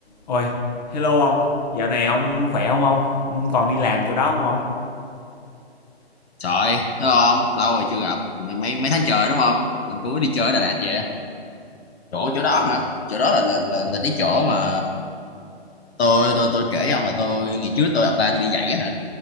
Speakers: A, on the left (about 40°); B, on the left (about 70°).
A: Ôi, hello ông, dạo này ông khỏe không ông? Ông còn đi làm chỗ đó không ông?
B: Trời, ơi, thấy không? Lâu rồi chưa gặp. Mấy mấy mấy tháng trời đúng không? Lần cuối đi chơi ở Đà Lạt vậy. Chỗ chỗ đó hả? Chỗ đó là là là, là cái chỗ mà tôi tôi tôi kể với ông là tôi ngày trước tôi apply tôi đi dạy á hả?